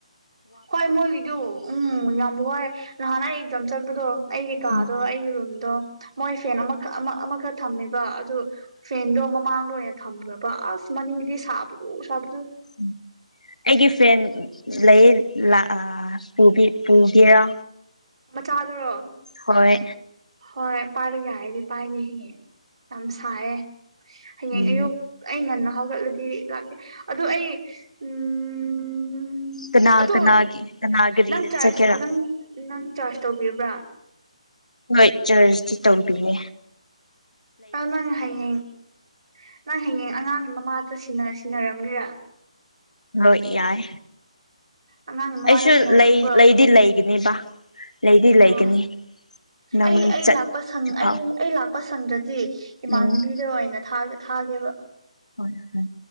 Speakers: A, on the right; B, on the left.
A: ꯍꯣꯏ ꯃꯣꯏꯒꯤꯗꯨ ꯎꯝ ꯌꯥꯝ ꯋꯥꯏ ꯅꯍꯥꯟ ꯑꯩ ꯑꯦꯛꯖꯥꯝ ꯆꯠꯄꯗꯣ ꯑꯩꯒꯤ ꯀꯥꯗꯣ
B: ꯎꯝ
A: ꯑꯩꯒꯤ ꯔꯨꯝꯗꯣ ꯃꯣꯏ ꯐꯦꯟ ꯑꯃꯈꯛ ꯑꯃ ꯑꯃꯈꯛ ꯊꯝꯃꯦꯕ ꯑꯗꯨ ꯐꯦꯟꯗꯣ ꯃꯃꯥꯡꯗ ꯑꯣꯏꯅ ꯊꯝꯈ꯭ꯔꯕ ꯑꯁ ꯃꯅꯤ ꯁꯥꯕꯗꯣ ꯁꯥꯕꯗꯨ
B: ꯎꯝ <inaudible> ꯑꯩꯒꯤ ꯐ꯭ꯔꯦꯟ ꯂꯩ ꯄꯨꯒꯦꯔꯥ
A: ꯃꯆꯥꯗꯨꯔꯣ
B: ꯍꯣꯏ
A: ꯍꯣꯏ ꯄꯥꯏꯕ ꯌꯥꯏꯔꯗꯤ ꯄꯥꯏꯅꯤꯌꯦ ꯌꯥꯝ ꯁꯥꯏꯌꯦ ꯍꯌꯦꯡ
B: ꯎꯝ
A: ꯑꯌꯨꯛ ꯑꯩ ꯉꯟꯅ ꯍꯧꯒꯠꯂꯗꯤ ꯂꯥꯛꯀꯦ ꯑꯗꯨꯗ ꯑꯩ ꯎꯝ ꯎꯝ
B: ꯀꯅꯥ
A: ꯑꯗꯣ
B: ꯀꯅꯥꯒꯤ ꯀꯅꯥ ꯒꯥꯔꯤꯗ
A: ꯅꯪ ꯆꯥꯖ
B: ꯆꯠꯀꯦꯔꯥ
A: ꯅꯪ ꯅꯪ ꯀꯔꯥꯁ ꯇꯧꯕꯤꯕ꯭ꯔꯥ
B: ꯍꯣꯏ ꯆꯔꯁꯇꯤ ꯇꯧꯕꯤꯔꯦ
A: ꯑ ꯅꯪ ꯍꯌꯦꯡ ꯅꯪ ꯍꯌꯦꯡ ꯑꯉꯥꯡ ꯃꯥꯇ ꯁꯤꯟꯅꯔꯝꯃꯤꯔ
B: ꯍꯣꯏ ꯌꯥꯏ
A: ꯑꯉꯥꯡꯒꯤ ꯃꯃꯥꯗ
B: ꯑꯩꯁꯨ
A: ꯁꯤꯟꯅꯔꯝꯃꯨꯒ
B: ꯂꯩ ꯂꯩꯗꯤ ꯂꯩꯒꯅꯦꯕ ꯑꯩꯗꯤ ꯂꯩꯒꯅꯤ
A: ꯑꯣ
B: ꯅꯪ
A: ꯑꯩ ꯑꯩ
B: ꯆꯠꯇ꯭ꯔꯤꯐꯥꯎ
A: ꯂꯥꯛꯄ ꯁꯪ ꯑꯩ ꯑꯩ ꯂꯥꯛꯄ ꯁꯪꯗꯗꯤ ꯏꯃꯥꯟꯅꯕꯤꯗ
B: ꯎꯝ
A: ꯑꯣꯏꯅ ꯊꯥꯒ ꯊ ꯍꯥꯏꯦꯕ
B: ꯍꯣꯏ ꯍꯣꯏ